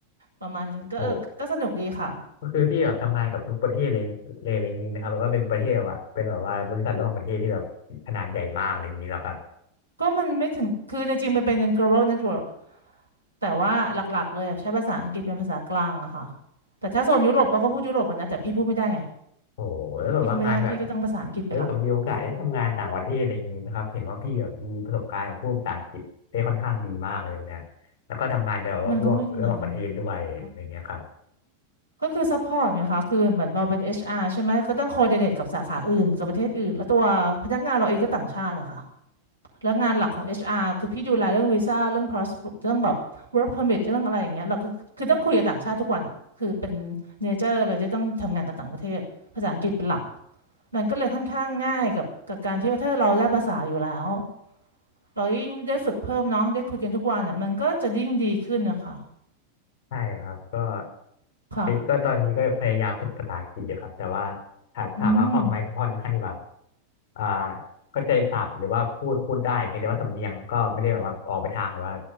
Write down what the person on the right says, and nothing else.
ประมาณนึงก็เออก็สนุกดีค่ะ
ก็มันไม่ถึง คือจริงๆมันเป็น global network แต่ว่าหลักๆเลยอะใช้ภาษาอังกฤษเป็นภาษากลางอะค่ะแต่ถ้าโซนยุโรปเขาก็พูดยุโรปกันนะแต่พี่พูดไม่ได้ไง
พี่ก็ไม่ได้ พี่ก็ต้องภาษาอังกฤษเป็นหลัก
มันก็ไม่ขนาดนั้นนะคะก็คือ support ไงคะคือเหมือนเราเป็น HR ใช่ไหม ก็ต้อง coordinate กับสาขาอื่น กับประเทศอื่นแล้วตัวพนักงานเราเองก็ต่างชาติอะค่ะแล้วงานหลักของ HR คือพี่ดูแลเรื่องวีซ่าเรื่อง pass เรื่องแบบ work permit เรื่องอะไรอย่างเงี้ยเราคือคือต้องคุยกับต่างชาติทุกวันอะคือเป็น nature เลยที่ต้องทำงานกับต่างประเทศภาษาอังกฤษเป็นหลัก มันก็เลยค่อนข้างง่ายกับกับการที่ว่าถ้าเราได้ภาษาอยู่แล้วเรายิ่งได้ฝึกเพิ่มเนาะได้คุยกันทุกวันอ่ะมันก็จะยิ่งดีขึ้นนะคะ
ค่ะ
อืม